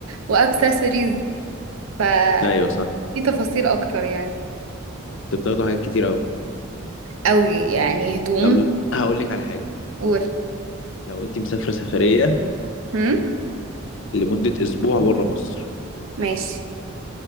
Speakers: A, on the right (about 70°); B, on the left (about 60°).
A: واكسسوارز ففي
B: ايوه صح
A: تفاصيل اكتر يعني
B: انت بتاخدوا حاجات كتير اوي
A: قوي يعني هدوم
B: طب ل- هقول لك على حاجة
A: قول
B: لو انت مسافرة سفرية
A: هم
B: لمدة اسبوع بره مصر
A: ماشي